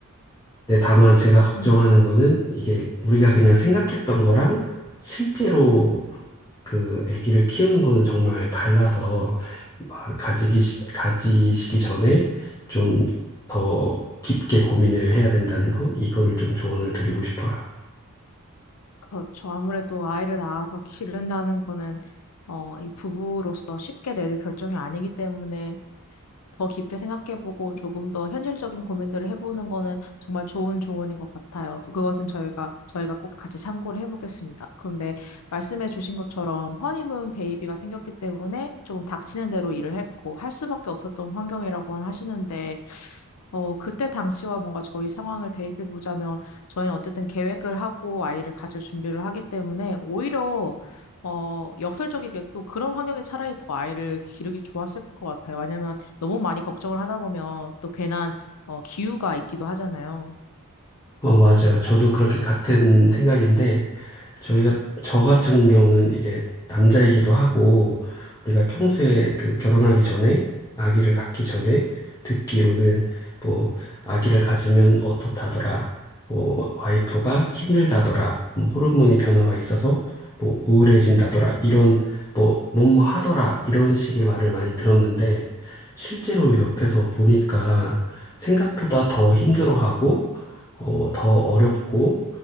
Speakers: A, on the left; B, on the left.
A: 근데 다만 제가
B: 그렇군요.
A: 걱정하는 거는 이게 우리가 그냥 생각했던 거랑 실제로 그 아기를 키우는 거는 정말 달라서 막 가지기 시- 가지시기 전에 좀 더 깊게 고민을 해야 된다는 거 이거를 좀 조언을 드리고 싶어요.
B: 그렇죠. 아무래도 아이를 낳아서 기른다는 거는 어, 이 부부로서 쉽게 내릴 결정이 아니기 때문에 더 깊게 생각해보고 조금 더 현실적인 고민들을 해보는 거는 정말 좋은 조언인 것 같아요. 그- 그것은 저희가 저희가 꼭 같이 참고를 해보겠습니다. 그런데 말씀해주신 것처럼 허니문 베이비가 생겼기 때문에 조금 닥치는 대로 일을 했고 할 수밖에 없었던 환경이라고 하시는데 어, 그때 당시와 뭔가 저희 상황을 대입해 보자면 저희는 어쨌든 계획을 하고 아이를 가질 준비를 하기 때문에 오히려 어, 역설적이게도 그런 환경이 차라리 더 아이를 기르기 좋았을 것 같아요. 왜냐면 너무 많이 걱정을 하다 보면 또 괜한 어, 기우가 있기도 하잖아요.
A: 어, 맞아요. 저도 그렇게 같은 생각인데, 저희가, 저 같은 경우는 이제 남자이기도 하고, 우리가 평소에 그 결혼하기 전에, 아기를 갖기 전에 듣기로는 뭐, 아기를 가지면 어떻다더라, 뭐, 와이프가 힘들다더라, 뭐, 호르몬이 변화가 있어서 뭐, 우울해진다더라, 이런 뭐, 뭐뭐 하더라, 이런 식의 말을 많이 들었는데, 실제로 옆에서 보니까 생각보다 더 힘들어하고, 어, 더 어렵고,